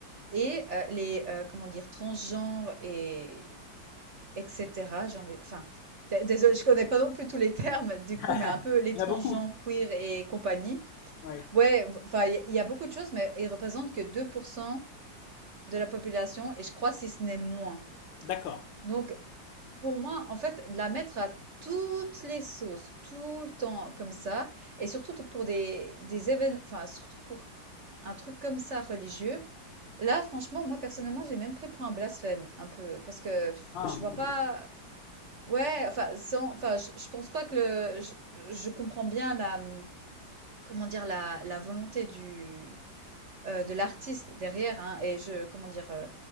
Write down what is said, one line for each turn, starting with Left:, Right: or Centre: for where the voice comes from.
Right: et heu, les, heu, comment dire? Transgenres et etc cetera, j'ai envie enfin, dé désolée, je connais pas non plus tous les <laughs> termes du
Left: <laughs> Il
Right: coup, mais un peu les
Left: y
Right: transgenres,
Left: en a beaucoup.
Right: queer et compagnie.
Left: Ouais.
Right: Ouais, v enfin, il y a il y a beaucoup de choses, mais ils représentent que deux pour cent de la population et je crois si ce n'est moins.
Left: D'accord.
Right: Donc pour moi, en fait, la mettre à toutes les sauces, tout le temps comme ça et surtout pour des des événements enfin surtout pour Un truc comme ça, religieux. Là, franchement, moi, personnellement, j'ai même pris pour un blasphème, un peu, parce que pff,
Left: Ah.
Right: je vois pas. Ouais, enfin, sans, enfin, je, je pense pas que le, je, je comprends bien la, hum, comment dire, la, la volonté du, euh, de l'artiste derrière, hein, et je, comment dire, euh,